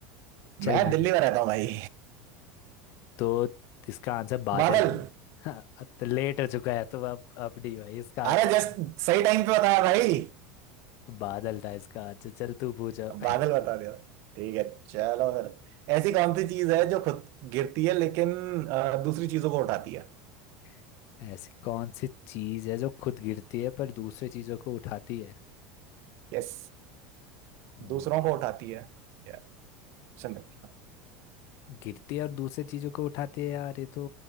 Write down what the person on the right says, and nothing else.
मैं
दिल्ली में रहता हूँ भाई
बादल
अरे जस्ट
सही टाइम पे बताया भाई
अब बादल बता दिया ठीक है चलो फिर ऐसी कौन सी चीज है जो खुद गिरती है लेकिन आ, दूसरी चीजों को उठाती है
यस
दूसरों
को उठाती है या चंद्र